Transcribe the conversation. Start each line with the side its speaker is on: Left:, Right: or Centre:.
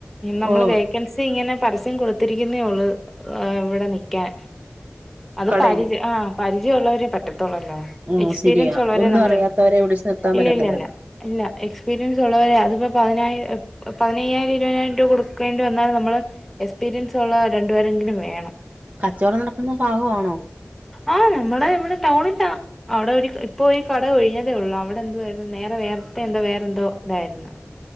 Centre: നമ്മള്
Right: ഓ
Centre: വേക്കൻസി ഇങ്ങനെപരസ്യംകൊടുത്തിരിക്കുന്നേ ഒള്ളൂ ഇവടെനിക്കാൻ അത്പരിച
Right: കടയില്
Centre: ആഹ് പരിചയഉള്ളവരെേ പറ്റത്തൊള്ളല്ലോ
Right: ഉം
Centre: എക്സ്പീരിയൻസ്
Right: ശരിയാ
Centre: ഉള്ളവരെ
Right: ഒന്നും
Centre: നമ്മൾ
Right: അറിയാത്തവരെ
Centre: എടു
Right: പിടിച്ചു നിർത്താൻ
Centre: ഇല്ല
Right: പറ്റത്തില്ലല്ലോ
Centre: ഇല്ലല്ല ഇല്ല എക്സ്പീരിയൻസ് ഉള്ളവരേയ അത്പ്പോപതിനായി പതിനയ്യായിരം ഇരുപയിനായിരംരൂപകൊടു കേണ്ടി വന്നാൽനമ്മള് എക്സ്പീരിയൻസുള്ള രണ്ടുപേരെങ്കിലുംവേണം
Right: കച്ചോടംനടക്കുന്ന ഭാഗം ആണോ
Centre: ആഹ് നമ്മളഇവിടെ ടൗണില്ലാ അവ്ടെര് ഇപ്പൊഈകട ഒഴിഞ്ഞതേഒള്ളൂ അവ്ടെഎന്ത്‌വേ നേരെ വേറെസ്റ്റേഎന്തോവേറെന്തോ ഇതായിരുന്നു